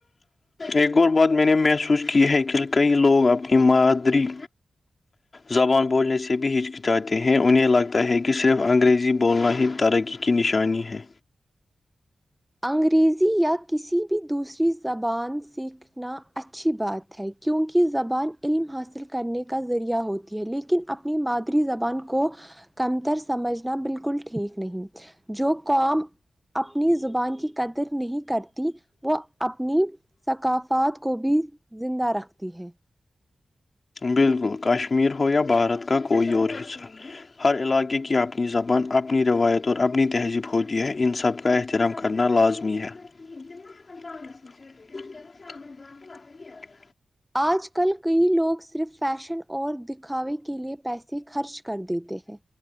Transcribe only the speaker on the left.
ایک اور بات میں نے محسوس کی ہے کہ کئی لوگ اپنی مادری زبان بولنے سے بھی ہچکچاتے ہیں انہیں لگتا ہے کہ صرف انگریزی بولنا ہی ترقی کی نشانی ہے
بالکل کشمیر ہو یا بھارت کا کوئی اور حصہ ہر علاقے کی اپنی زبان اپنی روایت اور اپنی تہذیب ہوتی ہے ان سب کا احترام کرنا لازمی ہے ک نہاکان پانگس م چھٹ کر شامن بندد پ